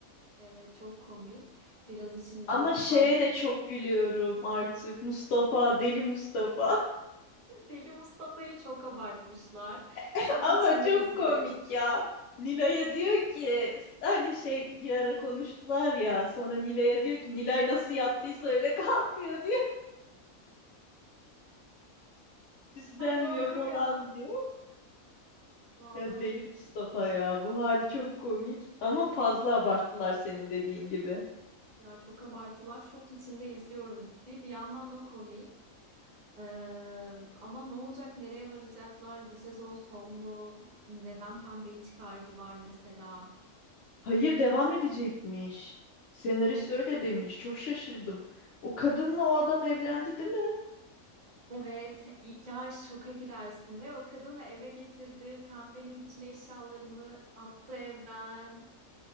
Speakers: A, on the right (about 45°); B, on the left (about 65°).
A: Evet çok komik. Firaz için izliyorum.
B: Ama şeye
A: Pembe
B: de çok gülüyorum artık. Mustafa, deli Mustafa.
A: Deli Mustafa'yı çok abartmışlar.
B: <laughs>
A: Şok
B: Ama
A: içinde
B: çok
A: izliyorum.
B: komik ya. Nilay'a diyor ki hani şey bir ara konuştular ya sonra Nilay'a diyor ki Nilay nasıl yattıysa öyle kalkıyor diyor. <laughs> Süslenmiyor
A: Ay doğru
B: falan
A: ya.
B: diyor.
A: Vallahi
B: Ya deli
A: çok
B: Mustafa ya bu hali çok komik ama fazla abarttılar senin dediğin gibi.
A: ya çok abartılar. Şok içinde izliyorum dizi. Bir yandan da komik. Ee, ama ne olacak? Nereye varacaklar? Bu sezon son mu? Neden Pembe'yi çıkardılar mesela?
B: Hayır devam edecekmiş. Senarist öyle demiş. Çok şaşırdım. O kadınla o adam evlendi değil mi?
A: Evet, ya şoka girersin ve o kadını eve getirdi. Pembenin bütün eşyalarını attı evden.